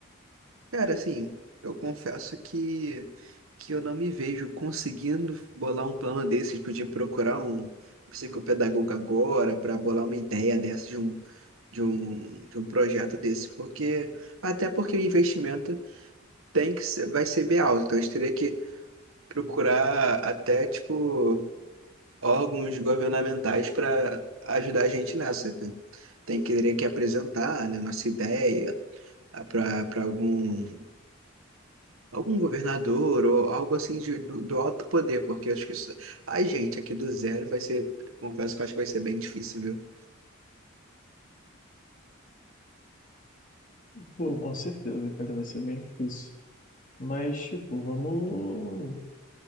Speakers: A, on the right; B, on the left.
A: Cara, assim, eu confesso que, que eu não me vejo conseguindo bolar um plano desse, tipo, de procurar um psicopedagogo agora para bolar uma ideia dessa de um, de um, de um projeto desse. Porque, até porque o investimento tem que ser, vai ser bem alto. Então a gente teria que procurar até, tipo, órgãos governamentais para ajudar a gente nessa. Tem, tem que teria que apresentar, né, nossa ideia para algum, algum governador ou algo assim de- do, do alto poder, porque acho que isso, a gente aqui do zero vai ser, confesso que eu acho que vai ser bem difícil, viu?
B: Pô, com certeza, cara, vai ser bem difícil. Mas, tipo, vamos,